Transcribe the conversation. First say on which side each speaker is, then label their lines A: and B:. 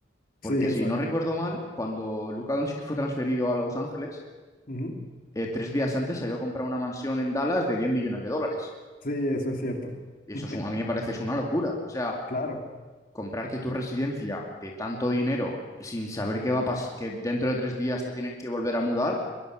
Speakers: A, on the left; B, on the left.
A: Porque
B: sí, exacto.
A: si no recuerdo mal, cuando Luka Doncic fue transferido a Los Ángeles,
B: Ujú.
A: eh, tres días antes se había comprado una mansión en Dallas de 10 millones de dólares.
B: Sí, eso es cierto.
A: Y eso
B: <laughs>
A: es un- a mí me parece es una locura. O sea,
B: Claro,
A: comprarte tu residencia de tanto dinero sin saber qué va a pasar, que dentro de tres días te tienes que volver a mudar,